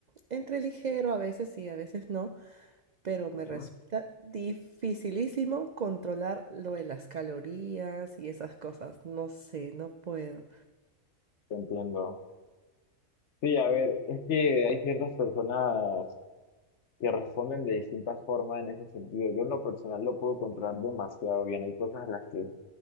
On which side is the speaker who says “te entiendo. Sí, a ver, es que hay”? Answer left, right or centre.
Left